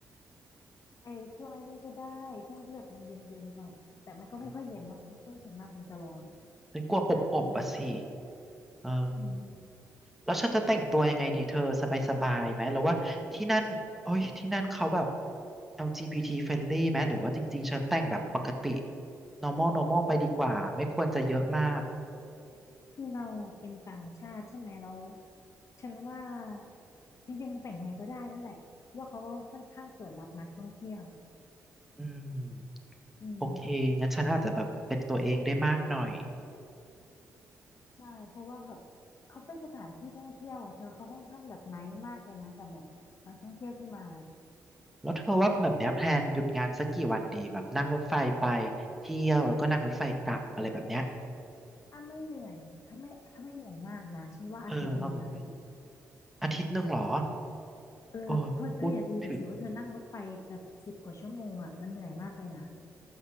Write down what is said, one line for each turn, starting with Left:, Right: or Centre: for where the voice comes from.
Left: ๆไปช่วงไอ้นี่ก็ได้ช่วงที่แบบมันเย็นๆหน่อยแต่มันก็ไม่ค่อยเย็นเนาะมันก็ส่วนมากมันจะร้อน
Centre: อืมฉันกลัวอบอบอ่ะสิ
Left: อากาศที่นั่น
Centre: เออ
Left: อืม
Centre: แล้วฉันจะแต่งตัวยังไงดีเธอสบายๆไหมแล้วว่าที่นั่นโอ้ยที่นั่นเขาแบบ LGBT friendly ไหมหรือว่าจริงๆฉันแต่งแบบปกติ normal normal ไปดีกว่าไม่ควรจะเยอะมาก
Left: คือเราอะเป็นต่างชาติใช่ไหมเราฉันว่าจริงๆมันแต่งไงก็ได้นั่นแหละเพราะว่าเขาก็ค่อนข้างเปิดรับนักท่องเที่ยว
Centre: อืม
Left: อืม
Centre: โอเคงั้นฉันอาจจะแบบเป็นตัวเองได้มากหน่อย
Left: ใช่เพราะว่าแบบเขาเป็นสถานที่ท่องเที่ยวอ่ะเธอเขาค่อนข้างแบบไนท์มากเลยนะกับแบบนักท่องเที่ยวที่มา
Centre: แล้วเธอว่าแบบเนี้ยแพลนหยุดงานสักกี่วันดีแบบนั่งรถไฟไปเที่ยวแล้วก็นั่งรถไฟกลับอะไรแบบเนี้ย
Left: อ่ะไม่เหนื่อยถ้าไม่ถ้าไม่เหนื่อยมากนะฉันว่าอาทิตย์หนึ่งอ่ะ
Centre: เออเอาแบบเป็นอาทิตย์หนึ่งเหรอ
Left: เออเธอเธออย่าลืมสิว่าเธอนั่งรถไฟแบบสิบกว่าชั่วโมงอ่ะมันเหนื่อยมากเลยนะ
Centre: เออพูดถึง